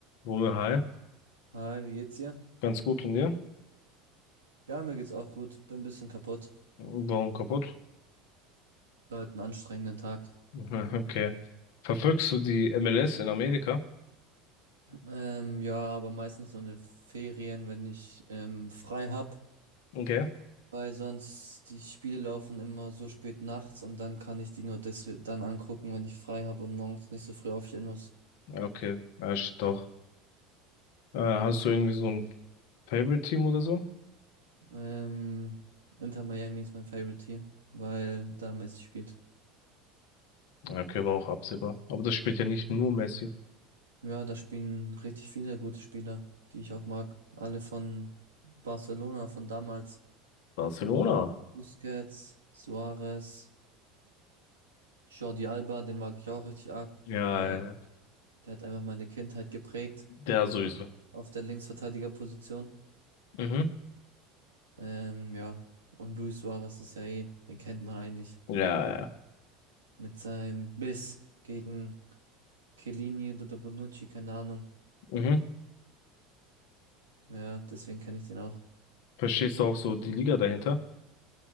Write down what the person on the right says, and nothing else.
Hi, wie geht's dir?
Ja, mir geht's auch gut. Bin ein bisschen kaputt.
War heute einen anstrengenden Tag.
Ähm, ja, aber meistens so in den Ferien, wenn ich ähm, frei hab,
weil sonst die Spiele laufen immer so spät nachts und dann kann ich die nur des dann angucken, wenn ich frei hab und morgens nicht so früh aufstehen muss.
Ähm, Inter Miami ist mein Favorite Team, weil da Messi spielt.
Ja, da spielen richtig viele gute Spieler, die ich auch mag. Alle von Barcelona, von damals.
Busquets, Suarez, Jordi Alba, den mag ich auch richtig arg,
weil
der hat einfach meine Kindheit geprägt
auf, auf der Linksverteidigerposition.
Ähm, ja, und Luis Suarez ist ja eh, den kennt man eigentlich
mit seinem Biss gegen Chiellini oder Bonucci, keine Ahnung.
Ja, deswegen kann ich den auch.